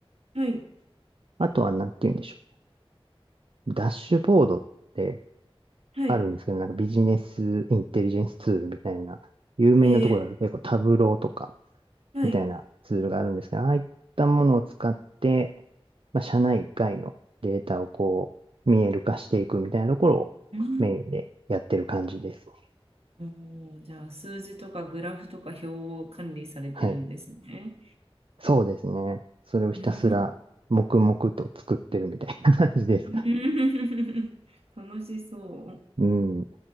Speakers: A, on the right; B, on the right.
A: はい、
B: あとはなんて言うんでしょう。ダッシュボードって
A: はい、
B: あるんですけど、なんかビジネスインテリジェンスツールみたいな、有名なところだと結構タブローとか、
A: ええ、はい。
B: みたいなツールがあるんですが、
A: う
B: ああいったものを使って、まあ、社内外のデータをこう、見える化していくみたいなところをメインでやってる感じですね。
A: ーん、おーじゃあ数字とかグラフとか表を管理されてるんですね。
B: はい。そうですね。それをひたすら黙々と作ってるみたいな感じですか。
A: うーん、<laughs> 楽しそう。
B: うん。